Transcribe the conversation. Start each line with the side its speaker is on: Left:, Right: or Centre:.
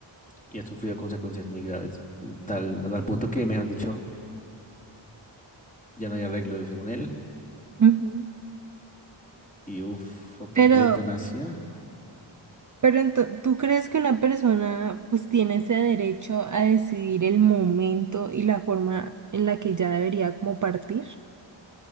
Left: y ha sufrido consecuencias muy graves, tal, a tal punto que, mejor dicho, ya no hay arreglo según él.
Right: Ujú.
Left: Y uff, optar
Right: Pero,
Left: por la eutanasia.
Right: pero ento- ¿tú crees que una persona pues tiene ese derecho a decidir el momento y la forma en la que ya debería como partir?